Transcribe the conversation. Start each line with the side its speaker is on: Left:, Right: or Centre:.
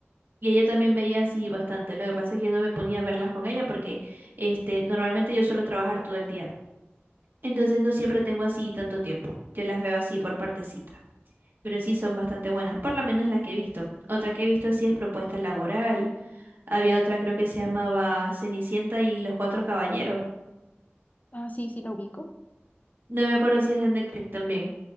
Right: Y ella también veía así bastante. Lo que pasa es que yo no me ponía a verlas con ella porque este, normalmente yo suelo trabajar todo el día. Entonces no siempre tengo así tanto tiempo. Yo las veo así por partecita. Pero sí son bastante buenas, por lo menos las que he visto. Otra que he visto así es Propuesta Laboral. Había otra creo que se llamaba Cenicienta y los Cuatro Caballeros.
Left: Ah, sí, sí la ubico.
Right: No me acuerdo si es de Netflix también.